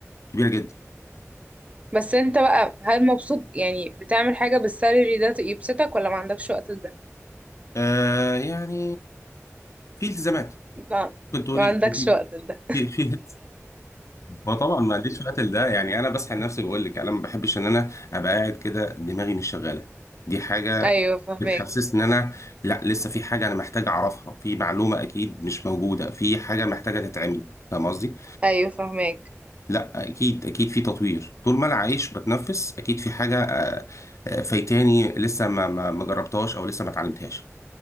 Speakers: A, on the left; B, on the right.
A: كبيره جدا
B: بس انت بقى هل مبسوط يعني بتعمل حاجة بالسالري ده يبسطك ولا ما عندكش وقت لده
A: آه يعني في التزامات
B: لا
A: كنت تقولي
B: ما عندكش
A: في
B: وقت لده
A: في في في- هو طبعا ما عنديش وقت لده يعني انا بسحل نفسي بقول لك انا ما بحبش ان انا ابقى قاعد كده دماغي مش شغاله دي حاجه
B: <laughs> ايوه فاهمك
A: بتحسسني ان انا لا لسه في حاجه انا محتاج اعرفها في معلومه اكيد مش موجوده في حاجه محتاجه تتعمل فاهم قصدي
B: ايوه فاهمك
A: فلا اكيد اكيد في تطوير طول ما انا عايش بتنفس اكيد في حاجه آه، آه، فايتاني لسه ما ما ما جربتهاش او لسه ما اتعلمتهاش